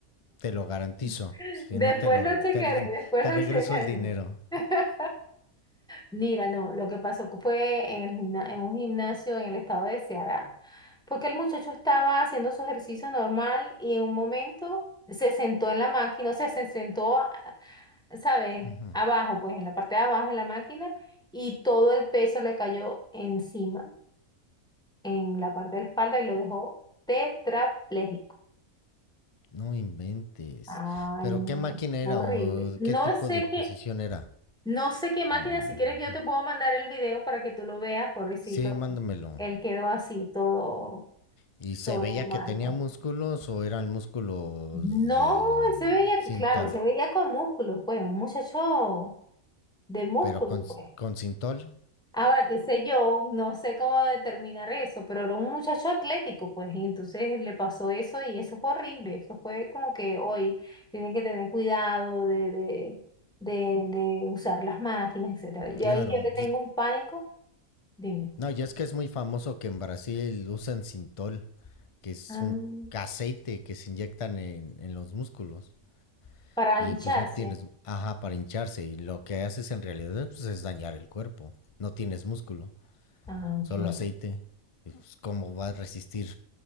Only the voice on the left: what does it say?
Te lo garantizo.
Si
no, te lo
re-
te, re-
te
regreso
el dinero.
Ujú.
No inventes.
¿Pero
qué máquina era
o
qué tipo
de posición
era?
Mm,
Sí, mándamelo.
¿Y se
veía
que tenía
músculos o eran músculos
de
Sintol?
Pero con,
con Sintol,
claro.
pues,
No, ya es que es muy famoso que en Brasil usan Sintol, que es
un aceite que se inyectan en, en los músculos.
Y
pues no tienes, ajá, para hincharse. Y lo que haces en realidad pues, es dañar el cuerpo. No tienes músculo.
solo aceite. pues, ¿Cómo va a resistir?